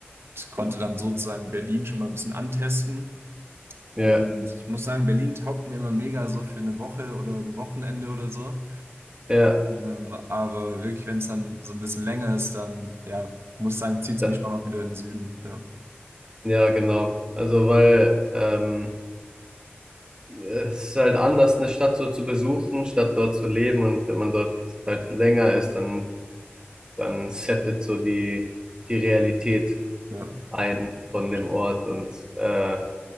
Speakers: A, on the right; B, on the right.
A: Und konnte dann sozusagen Berlin schon mal ein bisschen antesten.
B: Ja,
A: Und ich muss sagen, Berlin taugt mir immer mega so für eine Woche oder ein Wochenende oder so.
B: ja,
A: Ähm, aber wirklich, wenn es dann so ein bisschen länger ist, dann, ja, muss ich sagen, zieht es
B: da,
A: mich schon auch wieder in den Süden. Ja,
B: ja, genau. Also, weil, ähm, es ist halt anders, eine Stadt so zu besuchen, statt dort zu leben. Und wenn man dort halt länger ist, dann dann settet so die, die Realität
A: ja,
B: ein von
A: das
B: dem
A: stimmt.
B: Ort. Und äh,